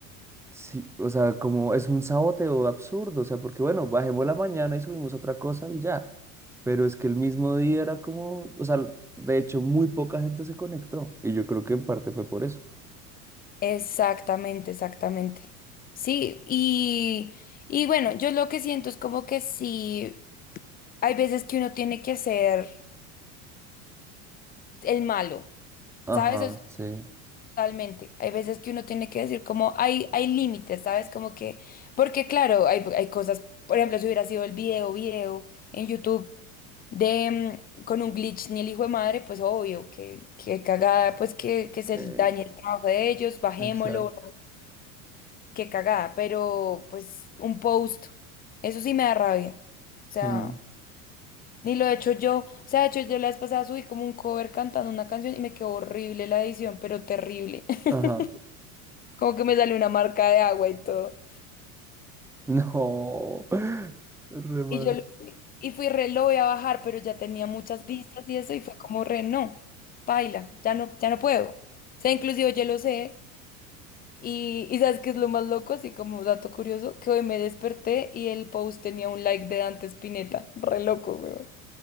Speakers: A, in the centre; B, on the left.
A: Sí, o sea, como es un saboteo absurdo, o sea, porque bueno, bajemos la mañana y subimos otra cosa y ya. Pero es que el mismo día era como, o sea, de hecho muy poca gente se conectó y yo creo que en parte fue por eso.
B: Exactamente, exactamente. Sí, y, y bueno, yo lo que siento es como que sí. Hay veces que uno tiene que ser el malo,
A: Ajá,
B: ¿sabes? O sea,
A: sí.
B: totalmente. Hay veces que uno tiene que decir como hay, hay límites, ¿sabes? Como que, porque claro, hay, hay cosas, por ejemplo, si hubiera sido el video, video en YouTube de mm, con un glitch ni el hijo de madre, pues obvio, que, que cagada, pues que, que se
A: Eh,
B: dañe el trabajo de ellos, bajémoslo,
A: exacto.
B: que cagada, pero pues un post, eso sí me da rabia. O sea.
A: Mm,
B: Ni lo he hecho yo. O sea, de hecho, yo la vez pasada subí como un cover cantando una canción y me quedó horrible la edición, pero terrible. <laughs>
A: Ajá.
B: Como que me salió una marca de agua y todo.
A: No, <laughs> re mal.
B: Y yo lo- y fui re, lo voy a bajar, pero ya tenía muchas vistas y eso, y fue como re, no, paila, ya no, ya no puedo. O sea, inclusive yo lo sé. Y, y ¿sabes qué es lo más loco? Así como dato curioso, que hoy me desperté y el post tenía un like de Dante Spinetta. Re loco, weón.